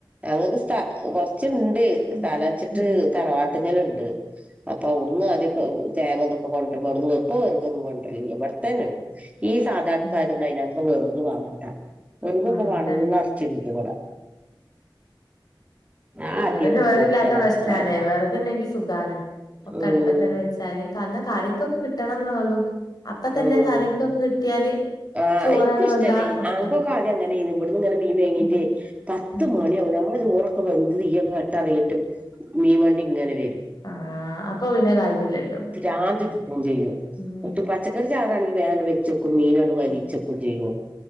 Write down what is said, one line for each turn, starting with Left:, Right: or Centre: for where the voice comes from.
Right: ഞങ്ങക്ക് സ്ഥ കൊറച്ച്ണ്ട്
Left: ഉം
Right: സ്ഥലച്ചിട്ട്
Left: ഉം
Right: തറവാട്ടിന്നലെ ഇണ്ട് അപ്പൊ അവിടുന്ന് ആദ്യൊക്കെ തേങ്ങതൊക്കെ കൊണ്ടരുമ്പോ അന്ന് ഇപ്പോ വെറകൊന്നും കൊണ്ടരലില്ല ഇബടത്തെന്നെണ്ട് ഈ സാധാ അടുപ്പായത്
Left: ഉം
Right: കൊണ്ട് അതിനാത്രം വെറുക് വാണ്ട. വെറുകൊക്കെ
Left: ആഹ്
Right: പള്ളറച്ച്
Left: അതാണ്
Right: ഇണ്ട് ഇവിടെ. ഞാൻ ആർക്കേലൊക്കെ
Left: വടെ വേറെ
Right: കൊടുക്കലാ
Left: ഇല്ലാത്ത പ്രശ്നണേ
Right: ആഹ്
Left: വെറക് ഉണ്ടെങ്കി സുഖണ് ഒക്കെ
Right: ഉം
Left: അടുപ്പത്തന്നെ വെച്ചാല് കാരണം കറിക്കൊക്കെ കിട്ടണം ന്നൊള്ളൂ അപ്പ തന്നെ
Right: ഉം
Left: കറിക്കൊക്കെ കിട്ടിയാല്
Right: ആഹ്
Left: ചോറാണ്ട്
Right: ഇൻക്കും ഇഷ്ടല്ലേ
Left: വെന്താ വെക്കാ
Right: ആങ്ങക്കൊക്കെ ആദ്യം അങ്ങനെയ്നു ഇവിടുന്ന് ഇങ്ങനെ മീൻ വേങ്ങീട്ട്
Left: ഉം
Right: പത്ത്
Left: ഉം
Right: മണി ആവും നമ്മളെ ചോറൊക്കെ വെന്ത് തിയൊക്കെ കട്ടാറീട്ട് മീൻ വണ്ടി ഇങ്ങനെ വരും
Left: ആഹ് അപ്പൊ പിന്നെ കാര്യല്ലല്ലോ
Right: പിരാന്ത് പിടിക്കും ചെയ്യൂ
Left: ഉം
Right: ട്ട് പച്ചക്കറി ചാറാണെങ്കി വേ അണ്ട് വെച്ചക്കും ചെയ്യും മീനണ്ട് വലിച്ചെക്കും
Left: ഉം
Right: ചെയ്യോ